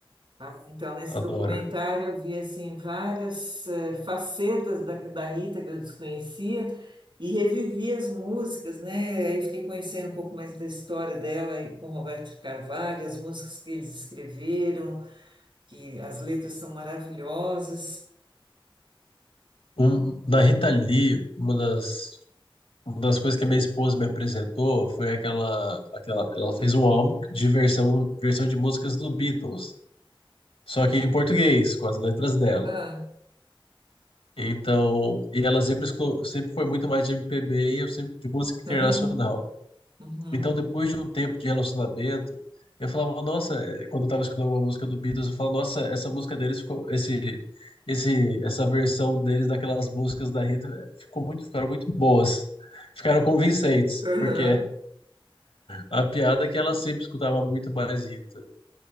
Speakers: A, on the right; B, on the left.
A: Ah, Então, nesse
B: Adoro.
A: documentário eu vi assim várias eh, facetas da, da Rita que eu desconhecia e revivi as músicas, né? Aí fiquei conhecendo um pouco mais da história dela e com Roberto Carvalho, as músicas que eles escreveram, que as letras são maravilhosas.
B: Um, da Rita Lee, uma das, uma das coisas que a minha esposa me apresentou foi aquela, aquela. Ela fez um álbum de versão, versão de músicas do Beatles, só que em português, com as letras dela.
A: Ah,
B: Então, e ela sempre, escu- sempre foi muito mais de MPB e eu sempre de música internacional.
A: aham, uhum,
B: Então, depois de um tempo de relacionamento, eu falava, nossa, eh, quando eu tava escutando alguma música do Beatles, eu falava, nossa, essa música deles ficou, esse, esse, essa versão deles daquelas músicas da Rita eh, ficou muito, ficaram muito boas. Ficaram convincentes,
A: aham.
B: porque a piada é que ela sempre escutava muito mais Rita.